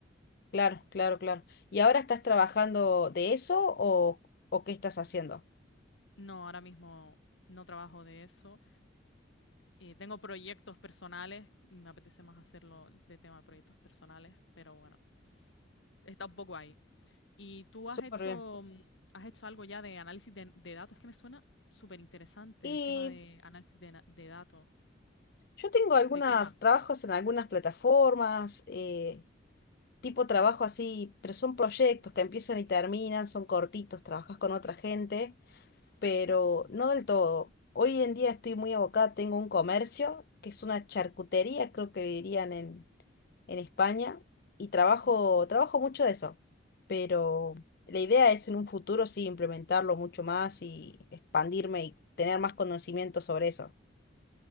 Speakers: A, on the left; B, on the left.
A: Claro, claro, claro. ¿Y ahora estás trabajando de eso o, o qué estás haciendo?
B: No, ahora mismo no trabajo de eso. Eh, tengo proyectos personales, me apetece más hacerlo de tema de proyectos personales, pero bueno, está un poco ahí. ¿Y tú
A: Súper
B: has hecho,
A: bien.
B: mm, has hecho algo ya de análisis de, de datos? Es que me suena súper interesante
A: Y
B: el tema de análisis de, na- de datos.
A: yo tengo algunos
B: ¿De qué va?
A: trabajos en algunas plataformas, eh, tipo trabajo así, pero son proyectos que empiezan y terminan, son cortitos, trabajas con otra gente, pero no del todo. Hoy en día estoy muy abocada, tengo un comercio, que es una charcutería, creo que dirían en en España y trabajo,
B: Ujú.
A: trabajo mucho de eso. Pero la idea es en un futuro sí implementarlo mucho más y expandirme y tener más conocimiento sobre eso.